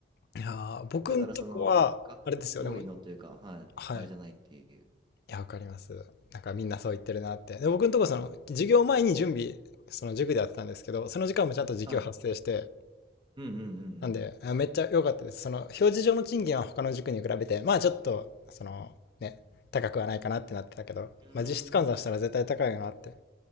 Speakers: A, on the left; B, on the right.
A: いやー、僕んとこは、
B: だからその、学年通りのというか、
A: あれですよ、でも、
B: はい、
A: はい。
B: あれじゃないっていう。
A: いや、わかります。なんかみんなそう言ってるなって。で、僕んとこその、授業前に準備、その塾でやってたんですけど、その時間もちゃんと時給発生して、
B: はい。うんうんうん
A: なんで、めっちゃ良かったです。その、表示上の賃金は他の塾に比べて、まあちょっと、その、ね、高くはないかなってなってたけど、
B: うん。
A: まあ実質換算したら絶対高いよなって、
B: うん。